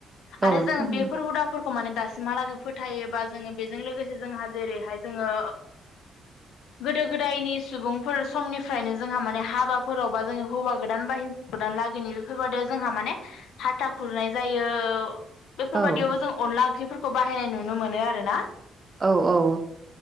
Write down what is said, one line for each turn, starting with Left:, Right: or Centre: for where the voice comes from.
Left: आरो
Right: औ
Left: जों
Right: थारैनो
Left: बेफोर हुदाफोरखौ माने दासिमहालागै फोथायोबा जोङो बेजों लोगोसे जोंहा जेरैहाय जोङो गोदो गोदायनि सुबुंफोर समनिफ्रायनो जोंहा माने हाबाफोरावबा जोङो हौवा गोदान बा हेनजाव गोदान लागोनि बेफोरबादियाव जोंहा माने हाथा खुरनाय जायो। बेफोरबायदियावबो
Right: औ
Left: जों अनला ओंख्रिफोरखौ बाहायनाय नुनो मोनो आरोना।
Right: औ औ